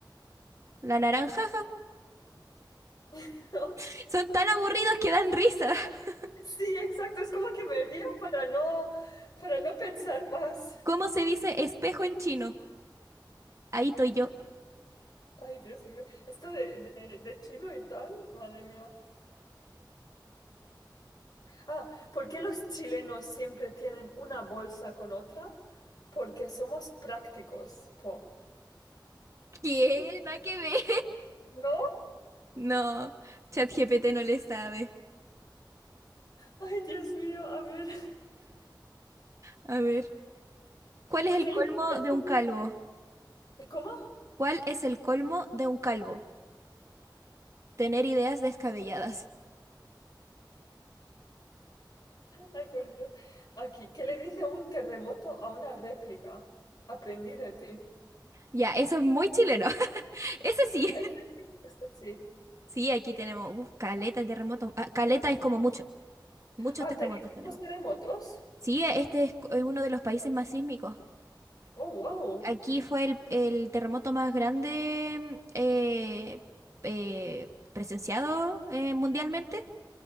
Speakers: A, on the right; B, on the left.
A: ¿La naranja?
B: <laughs>
A: <laughs> Son tan aburridos que dan risa. <laughs>
B: Sí, exacto. Es como que me río para no, para no pensar más.
A: ¿Cómo se dice espejo en chino? Ahí estoy yo.
B: Ay, Dios mío. Esto de, de- de chino y tal, madre mía. Ah, ¿por qué los chilenos siempre tienen una bolsa con otra? Porque somos prácticos, po.
A: ¿Qué?
B: <laughs>
A: Nada que ver.
B: ¿No?
A: No, ChatGPT no le sabe.
B: Ay, Dios mío, a ver,
A: A ver. ¿Cuál
B: <laughs>
A: es el
B: ¿qué
A: colmo
B: le dice
A: de
B: un-
A: un calvo?
B: ¿Cómo?
A: ¿Cuál es el colmo de un calvo? Tener ideas descabelladas.
B: Ay, por Dios. Aquí, ¿qué le dice un terremoto a una réplica? Aprendí de ti.
A: Ya, eso es muy chileno. <laughs> Ese
B: Sí,
A: sí.
B: este sí, este sí.
A: Sí, aquí tenemos uf, caleta de terremotos. Ah, caleta es como mucho. Muchos
B: Ah,
A: terremotos
B: ¿tenéis
A: tenemos.
B: muchos terremotos?
A: Sí, este es, es uno de los países más sísmicos.
B: Oh, wow.
A: Aquí fue el, el terremoto más grande eh, eh, presenciado eh, mundialmente